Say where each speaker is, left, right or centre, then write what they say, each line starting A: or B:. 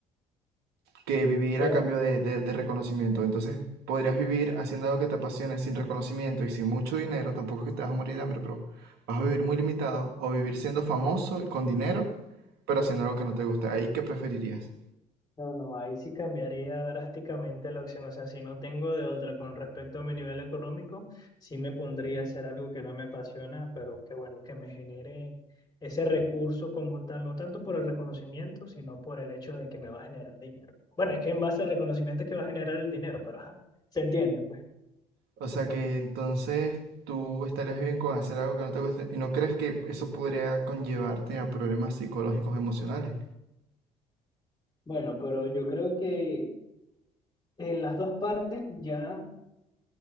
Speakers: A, on the right; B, on the left.
A: que vivir
B: Bueno,
A: a cambio de, de- de reconocimiento. Entonces, podrías vivir haciendo algo que te apasione sin reconocimiento y sin mucho dinero. Tampoco es que te vas a morir de hambre, pero vas a vivir muy limitado o vivir siendo famoso y con dinero, pero haciendo algo que no te gusta. ¿Ahí qué preferirías?
B: no, no, ahí sí cambiaría drásticamente la opción. O sea, si no tengo de otra con respecto a mi nivel económico, sí me pondría a hacer algo que no me apasiona, pero que bueno, que me genere ese recurso como tal, no tanto por el reconocimiento, sino por el hecho de que me va a generar dinero. Bueno, es que en base al reconocimiento es que va a generar el dinero, pero ajá, se entiende.
A: O sea que entonces tú estarías bien con hacer algo que no te guste y no crees que eso podría conllevarte a problemas psicológicos emocionales.
B: Bueno, pero yo creo que en las dos partes ya